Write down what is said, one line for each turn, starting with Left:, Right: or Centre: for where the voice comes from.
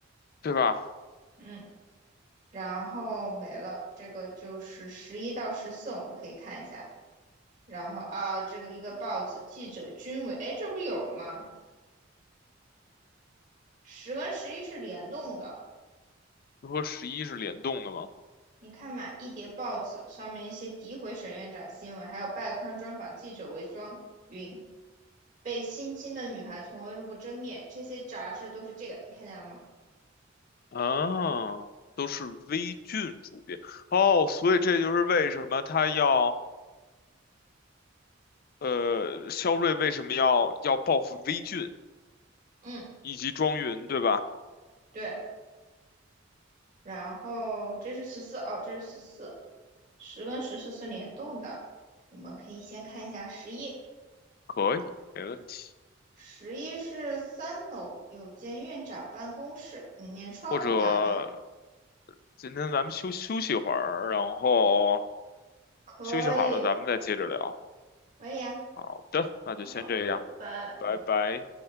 Left: 对吧？
Right: 嗯，然后没了，这个就是十一到十四，我们可以看一下。然后啊，这个一个报纸记者军委，哎，这不有了吗？十跟十一是联动的，
Left: 就和十一是联动的吗？
Right: 你看嘛，一叠报纸上面一些诋毁沈院长新闻，还有拜刊专访记者为装云被性侵的女孩从未露过真面，这些杂志都是这个，你看见了吗？
Left: 啊，都是微菌主变哦，所以这就是为什么他要呃，肖瑞为什么要要报复微菌
Right: 嗯，
Left: 以及庄云，对吧？
Right: 对。然后这是十四，哦，这是十四，十跟十四是联动的，我们可以先看一下十一。
Left: 可以，没问题。
Right: 十一是三楼有间院长办公室，里面窗户大开，
Left: 或者今天咱们休休息会儿，然后
Right: 可以，
Left: 休息好了咱们再接着聊。
Right: 可以啊，
Left: 好的，那就先这样，
Right: 好，拜拜，
Left: 拜拜。
Right: 嗯。